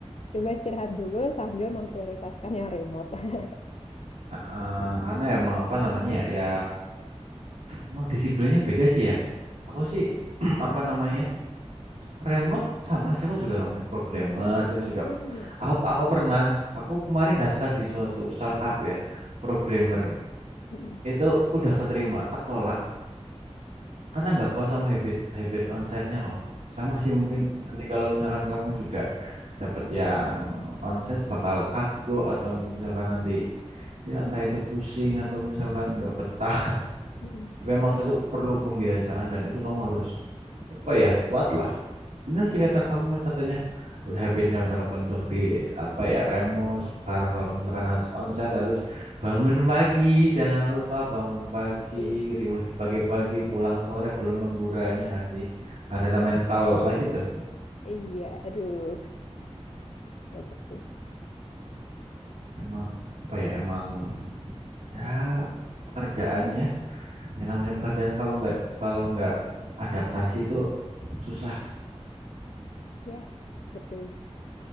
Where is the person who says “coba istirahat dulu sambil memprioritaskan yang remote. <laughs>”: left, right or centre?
Left